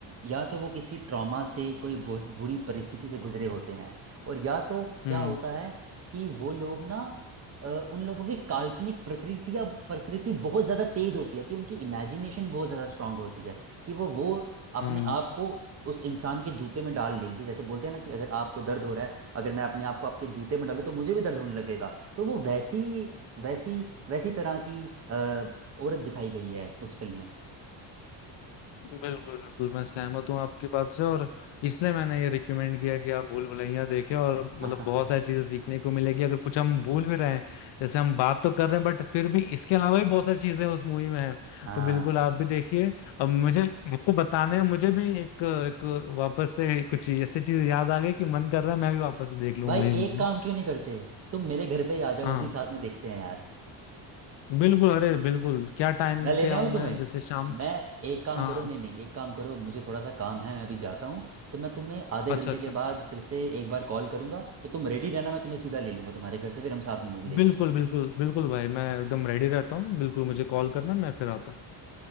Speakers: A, on the right; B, on the left.
A: या तो वो किसी ट्रॉमा से कोई बहुत बुरी परिस्थिति से गुजरे होते हैं और या तो
B: हम्म
A: क्या होता है कि वो लोग ना अ, उन लोगों की काल्पनिक प्रकृति या प्रकृति बहुत ज़्यादा तेज होती है कि उनकी इमेजिनेशन बहुत ज़्यादा स्ट्रांग होती है कि वो वो अपने
B: हम्म
A: आप को उस इंसान के जूते में डाल लेंगे जैसे बोलते हैं ना कि अगर आपको दर्द हो रहा है अगर मैं अपने आप को आपके जूते में डालूं तो मुझे भी दर्द होने लगेगा तो वो वैसी वैसी वैसी तरह की अ, औरत दिखाई गई है उस फिल्म में
B: बिल्कुल बिल्कुल मैं सहमत हूँ आपकी बात से और इसलिए मैंने ये रिकमेंड किया कि आप भूल भुलैया देखें और मतलब
A: <laughs>
B: बहुत सारी चीजें सीखने को मिलेगी अगर कुछ हम भूल भी रहे हैं जैसे हम बात तो कर रहे हैं बट फिर भी इसके अलावा भी बहुत सारी चीजें उस मूवी में हैं
A: हाँ
B: तो बिल्कुल आप भी देखिए अब मुझे आपको बताने में मुझे भी एक, एक वापस से कुछ ऐसी चीज याद आ गई कि मन कर रहा है मैं भी वापस से देख लूँ
A: भाई
B: वही मूवी
A: एक काम क्यों नहीं करते तुम मेरे घर पे ही आ जाओ
B: हाँ
A: अभी साथ में देखते हैं यार
B: बिल्कुल अरे बिल्कुल क्या टाइम
A: मैं लेने
B: पे आऊँ
A: आऊँ तुम्हें
B: मैं जैसे शाम
A: मैं एक काम
B: हाँ
A: करो नहीं नहीं एक काम करो मुझे थोड़ा सा काम है मैं अभी जाता हूँ तो मैं तुम्हें आधे
B: अच्छा
A: घंटे
B: अच्छा
A: के बाद फिर से एक बार कॉल करूंगा तो तुम रेडी रहना मैं तुम्हें सीधा ले लूंगा तुम्हारे घर से फिर हम साथ में मूवी देखेंगे
B: बिल्कुल बिल्कुल बिल्कुल भाई मैं एकदम रेडी रहता हूँ बिल्कुल मुझे कॉल करना मैं फिर आता हूँ